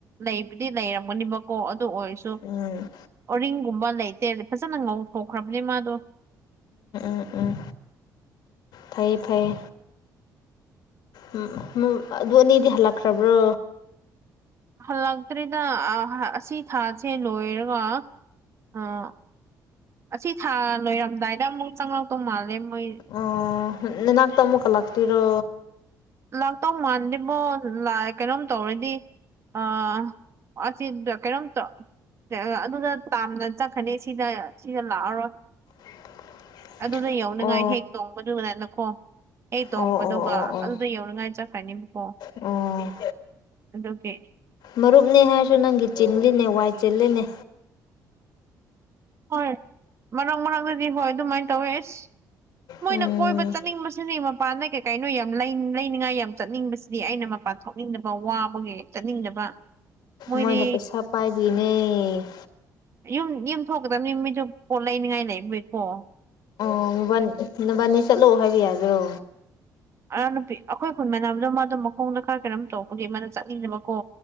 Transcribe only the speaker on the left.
ꯎꯝ
ꯎꯝ ꯎꯝ ꯐꯩꯌꯦ ꯐꯩꯌꯦ ꯎꯝ ꯑꯗꯨ ꯑꯅꯤꯗꯤ ꯍꯜꯂꯛꯈ꯭ꯔꯕ꯭ꯔꯣ
ꯑꯣ ꯅꯅꯥꯛꯇ ꯑꯃꯨꯛꯀ ꯂꯥꯛꯇꯔꯣ
<inaudible>
ꯑꯣ
ꯑꯣ ꯑꯣ ꯑꯣ ꯑꯣ
ꯑꯣ
ꯃꯔꯨꯞꯅꯤ ꯍꯥꯏꯔꯁꯨ ꯅꯪꯒꯤ ꯆꯤꯜꯂꯤꯅꯦ ꯋꯥꯏ ꯆꯤꯜꯂꯤꯅꯦ
ꯎꯝ
ꯃꯣꯏꯅ ꯄꯩꯁꯥ ꯄꯥꯏꯕꯤꯅꯦ
ꯑꯣ ꯃꯣꯕꯥꯏ ꯃꯕꯥꯅꯤ ꯆꯠꯂꯣꯑꯣ ꯍꯥꯏꯕ ꯌꯥꯗ꯭ꯔꯣ